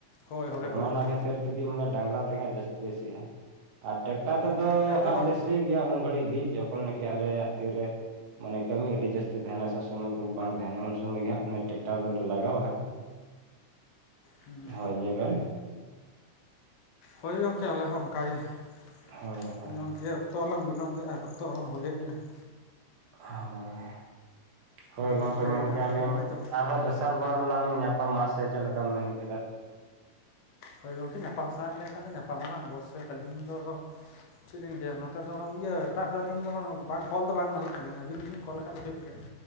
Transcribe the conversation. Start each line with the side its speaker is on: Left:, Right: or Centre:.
Left: ᱦᱳᱭ ᱦᱳᱭ
Right: ᱛᱚ ᱚᱱᱮ
Left: ᱦᱳᱭ
Right: ᱚᱱᱟ
Left: ᱦᱳᱭ
Right: ᱠᱷᱟᱹᱛᱤᱨ ᱛᱮᱜᱮ ᱢᱟᱱᱮ ᱰᱟᱸᱝᱨᱟ ᱛᱮᱜᱮ ᱦᱟᱸᱜ ᱡᱟᱹᱥᱛᱤ ᱞᱮ ᱥᱤᱭᱟ, ᱟᱨ ᱴᱮᱠᱴᱟᱨ ᱛᱮᱫᱚ
Left: ᱜᱚᱝᱠᱮ ᱟᱫᱚ
Right: ᱦᱟᱸᱜ
Left: ᱜᱚᱝᱠᱮ
Right: ᱞᱮ ᱥᱤ ᱜᱮᱭᱟ ᱩᱱ ᱜᱷᱟᱹᱲᱤᱡ ᱜᱮ ᱡᱚᱠᱷᱚᱱ ᱠᱤ ᱟᱞᱮᱭᱟᱜ ᱛᱤ ᱨᱮ ᱢᱟᱱᱮ ᱠᱟᱹᱢᱤ ᱟᱹᱰᱤ ᱡᱟᱹᱥᱛᱤ ᱛᱟᱦᱮᱱᱟ ᱥᱮ ᱥᱚᱢᱚᱭ ᱠᱚᱦᱚ ᱵᱟᱝ ᱛᱟᱦᱮᱱᱟ, ᱩᱱ ᱥᱚᱢᱚᱭ ᱜᱮ ᱦᱟᱸᱜ ᱴᱮᱠᱴᱟᱨ ᱫᱚᱞᱮ ᱞᱟᱜᱟᱣᱟ ᱾
Left: ᱦᱩᱸ
Right: ᱦᱳᱭ ᱞᱟᱹᱭ ᱵᱮᱱ ᱾
Left: ᱦᱳᱭ ᱜᱚᱝᱠᱮ ᱟᱞᱮ ᱦᱚᱸ ᱚᱱᱠᱟ ᱜᱮ ᱾
Right: ᱦᱳᱭ ᱦᱳᱭ
Left: ᱜᱚᱝᱠᱮ ᱚᱠᱛᱚ ᱞᱟᱝ ᱵᱤᱞᱚᱢ ᱠᱮᱫᱼᱟ ᱚᱠᱛᱚ ᱦᱚᱸ ᱦᱩᱭ ᱦᱮᱡ ᱮᱱᱟ ᱾
Right: ᱦᱳᱭ, ᱦᱳᱭ
Left: ᱟᱫᱚ
Right: ᱜᱚᱝᱠᱮ ᱢᱮᱱ
Left: ᱱᱟᱭᱛᱮ
Right: ᱠᱮᱭᱟᱞᱤᱧ
Left: ᱱᱟᱢᱟᱭ ᱛᱚ
Right: ᱟᱨᱦᱚᱸ ᱫᱚᱥᱟᱨ ᱵᱟᱨ ᱞᱟᱝ ᱧᱟᱯᱟᱢᱟ ᱥᱮ ᱪᱮᱫ ᱞᱮᱠᱟᱢ ᱢᱮᱱ ᱠᱮᱫᱟ?
Left: ᱦᱳᱭ ᱜᱚᱝᱠᱮ ᱧᱟᱯᱟᱢ ᱥᱟᱱᱟᱭᱮᱫ ᱞᱮᱠᱷᱟᱱ ᱫᱚ ᱧᱟᱯᱟᱢ ᱟᱞᱟᱝ ᱚᱵᱚᱥᱥᱳᱭ, ᱟᱹᱞᱤᱧ ᱫᱚ ᱪᱮᱫ ᱞᱤᱧ ᱞᱟᱹᱭᱼᱟ ᱱᱚᱛᱮ ᱫᱚ ᱤᱭᱟᱹ ᱴᱟᱠᱥ ᱫᱚ ᱪᱮᱫ ᱞᱤᱧ ᱱᱚᱛᱮ ᱫᱚ ᱤᱭᱟᱹ ᱪᱟᱜ ᱥᱮ ᱟᱹᱞᱤᱧ ᱫᱚ ᱵᱟᱝ ᱠᱚᱞ ᱫᱚ ᱵᱟᱝ ᱜᱟᱱᱚᱜ ᱛᱟᱹᱞᱤᱧᱟ ᱟᱹᱵᱤᱱ ᱫᱚᱵᱤᱱ ᱠᱚᱞ ᱞᱮᱠᱷᱟᱡ ᱫᱚ ᱦᱩᱭᱩᱜ ᱜᱮᱭᱟ ᱾